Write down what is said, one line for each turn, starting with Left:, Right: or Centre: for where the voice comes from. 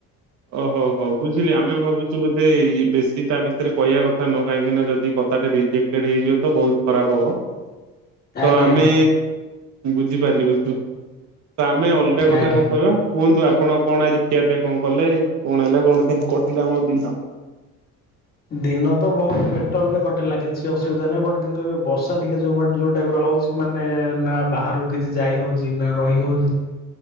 Right: ଓହୋ ହୋ ବୁଝିଲି ଆମେ ଭାବୁଛୁ ବୋଧେ ବେଶୀ ତା ବିଷୟରେ କହିବା କଥା ନୁହଁ କାହିଁକିନା ଯଦି କଥାଟା ରିଜେକ୍ଟ ହେଇଯିବ ତ ବହୁତ ଖରାପ ହବ।
Left: <inaudible> ଆଜ୍ଞା
Right: ତ ଆମେ
Left: ଆଜ୍ଞା
Right: ବୁଝିପାରିଲି ବୁଝିପ ତ ଆମେ ଅଲଗା କଥା
Left: ଆଜ୍ଞା।
Right: କଣ କହିବା କୁହନ୍ତୁ ଆପଣ କଣ ଆଜି ଖିଆ ପିଆ କଣ କଲେ କଣ ହେଲା କଣ କେମତି କଟିଲା ଆମର ଦିନ?
Left: ଦିନ ତ ବହୁତ ବେଟର ରେ କଟିଲା କିଛି ଅସୁବିଧା ନାହିଁ ବଟ୍ କିନ୍ତୁ ଏବେ ବର୍ଷା ଟିକେ ଯୋଉ ଯୋଉ ଟାଇପ ର ହଉଛି ମାନେ ନା ବାହାରୁ କିଛି ଯାଇ ହଉଛି ନା ରହି ହଉଛି।